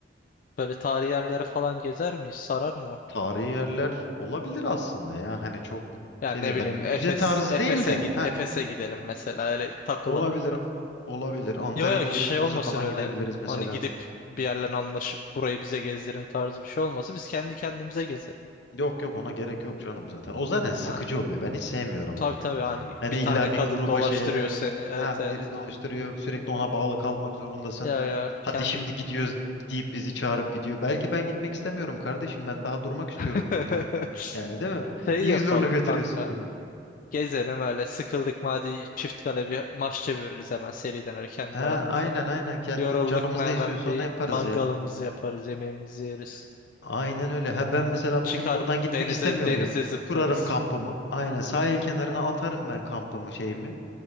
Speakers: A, on the left (about 45°); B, on the left (about 70°).
A: böyle tarihi yerlere falan gezer miyiz? Sarar mı o?
B: Tarihi yerler olabilir aslında ya. Hani çok
A: Yani
B: şey
A: ne
B: değil
A: bileyim
B: böyle müze
A: Efes
B: tarzı
A: Efes'e
B: değil de.
A: gid
B: Ha
A: Efes'e gidelim mesela öyle takılalım.
B: olabilir olabilir. Antalya'da
A: Yok yok
B: Olimpos'a
A: şey olmasın
B: falan
A: öyle.
B: gidebiliriz mesela.
A: Hani gidip bir yerlerle anlaşıp burayı bize gezdirin tarzı bir şey olmasın. Biz kendi kendimize gezelim.
B: Yok yok ona gerek yok canım zaten. O zaten sıkıcı
A: Ha.
B: oluyor. Ben hiç sevmiyorum
A: Tabii
B: onu ya.
A: tabii hani
B: Yani
A: bir
B: illa
A: tane kadın
B: bir gruba
A: dolaştırıyor
B: şeye
A: seni. Evet
B: hem
A: evet.
B: biri dolaştırıyor sürekli ona bağlı kalmak zorundasın.
A: Ya ya
B: Hadi
A: kendi
B: şimdi gidiyoruz deyip bizi çağırıp gidiyor. Belki ben gitmek istemiyorum kardeşim. Ben daha durmak istiyorum
A: <laughs>
B: burada. Yani değil mi?
A: Şey
B: Niye
A: yapalım
B: zorla götürüyorsun
A: kanka.
B: beni?
A: Gezelim öyle. Sıkıldık mı hadi çift kale bir maç çeviririz hemen seriden öyle kendi
B: Ha,
A: aramızda.
B: aynen aynen kendi
A: Yorulduk
B: canımız
A: mu hemen
B: ne istiyorsa
A: bir
B: onu yaparız
A: mangalımızı
B: ya.
A: yaparız, yemeğimizi yeriz.
B: Aynen öyle. Ha ben mesela
A: Çıkar
B: bugün buradan gitmek
A: denize
B: istemiyor
A: denize
B: muyum?
A: zıplarız.
B: Kurarım kampımı. Aynen sahil kenarına atarım ben kampımı şeyimi.